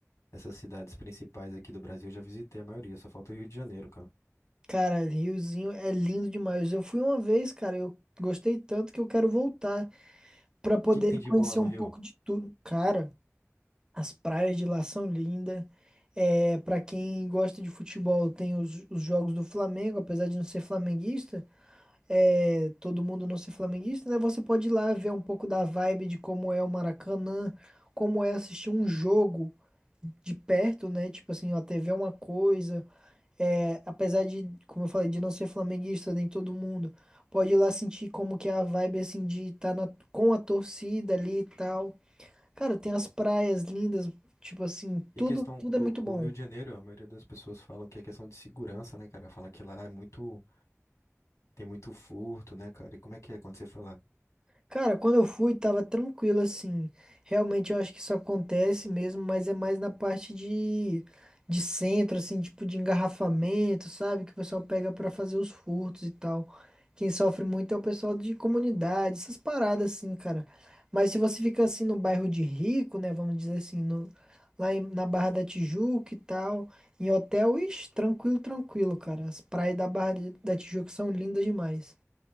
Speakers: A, on the left; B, on the right.
A: essas cidades principais aqui do Brasil eu já visitei a maioria. Só falta o Rio de Janeiro, cara. O
B: Cara, Riozinho é lindo demais. Eu fui uma vez, cara, eu gostei tanto que eu quero voltar pra poder
A: que que tem de
B: conhecer
A: bom lá no
B: um
A: Rio?
B: pouco de tudo. Cara. As praias de lá são lindas. É, para quem gosta de futebol, tem os, os jogos do Flamengo, apesar de não ser flamenguista, é, todo mundo não ser flamenguista, né? Você pode ir lá ver um pouco da vibe de como é o Maracanã, como é assistir um jogo de perto, né? Tipo assim, a TV é uma coisa, é, apesar de, como eu falei, de não ser flamenguista, nem todo mundo, pode ir lá sentir como que é a vibe, assim, de estar com a torcida ali e tal. Cara, tem as praias lindas, tipo assim,
A: E
B: tudo,
A: a questão
B: tudo
A: do
B: é muito bom.
A: o Rio de Janeiro, a maioria das pessoas falam que é questão de segurança, né, cara? Fala que lá é muito, tem muito furto, né, cara? E como é que é quando você foi lá?
B: Cara, quando eu fui, tava tranquilo assim. Realmente eu acho que isso acontece mesmo, mas é mais na parte de, de centro, assim, tipo de engarrafamento, sabe? Que o pessoal pega pra fazer os furtos e tal. Quem sofre muito é o pessoal de comunidade, essas paradas assim, cara. Mas se você fica assim no bairro de rico, né? Vamos dizer assim, no, lá em- na Barra da Tijuca e tal, em hotel, ixi, tranquilo, tranquilo, cara. As praias da Barra da Tijuca são lindas demais.